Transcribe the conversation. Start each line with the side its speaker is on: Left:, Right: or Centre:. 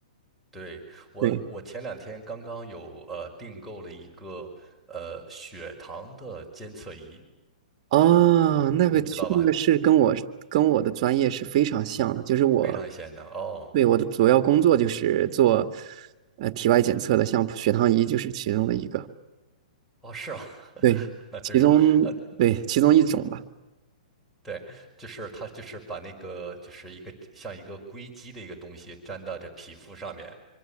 Centre: 对，我，
Right: 对，
Centre: 我前两天刚刚有呃订购了一个呃血糖的监测仪，
Right: 哦，那个去那个是跟我跟我的专业是非常像的，
Centre: 您知道吧？
Right: 就是我
Centre: 非常显能哦
Right: 对我的主要工作就是做呃体外检测的，像血糖仪就是其中的一个，
Centre: 哦是吗？<laughs>
Right: 对，
Centre: 那真是呃
Right: 其中对其中一种吧。
Centre: 对，就是它就是把那个就是一个像一个硅基的一个东西粘到这皮肤上面，